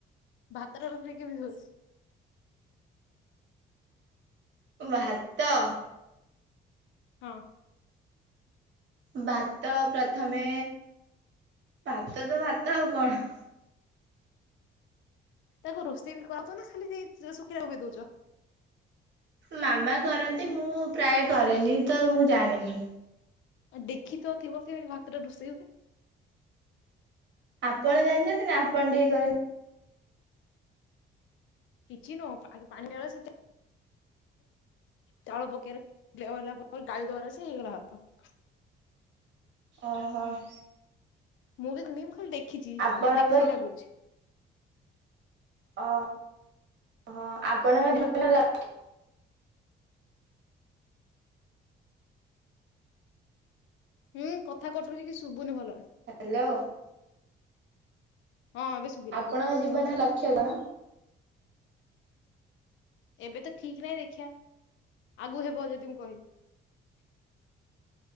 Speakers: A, on the left; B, on the right.
A: ଭାତର ରୋଷି କେି ଝୁଜ
B: ବାାତ <inaudible>
A: ହଁ
B: ଭାତ ପ୍ରଥମେ ଭାତ ତ ଭାତ ଆଉ କଣ
A: ତାକୁ ରୋଷେଇ ବି କରଛ ନା ଖାଲି ସେଇ ଶୁଖିବାକୁ ବି ଦଉଛ
B: ମାମା କରନ୍ତି ମୁଁ ପ୍ରାୟ କରେନି ତ ମୁଁ ଜାଣିନି
A: ଆଉ ଦେଖି ତ ଥିବ ସେ ଭାତ ଟା ରୁଷେଇ ହୁଏ
B: ଆପଣ ଜାଣିଛନ୍ତି ନା ଆପଣ ଟିକେ କହିଲେ
A: ପିଛିି ନ ଆ ପାଣି ଳ ସେ <inaudible> ଚାଳ ପକିରେ ଡାଇଲା ଗାଈ ଦଵାରା ସେ ହେଇଗଲାାତ <inaudible>
B: ଓହୋ <inaudible>
A: ମୁଁ ନିମ ଖା ଦେଖି <inaudible> ଦେଖିଛି
B: ଆପଣଙ୍କ
A: ଯ ଦେଖି ସେଇଟା କହୁଛି
B: ଓ ହ ଆପଣଙ୍କ ଜୀବନରେ ଲଛି
A: ହୁଁ କଥା କଟ କି କି ଶୁଭୁନି ଭଲ
B: ହ୍ୟାଲୋ
A: ହଁ ଏବେ ଶୁଭିଲା
B: ଆପଣଙ୍କ ଜୀବନ ଲକ୍ଷ କଣ
A: ଏବେ ତ ଠିକ ନାହିଁ ଦେଖିବା ଆଗୁ ହେବ ଯଦି ମୁଁ କହିବି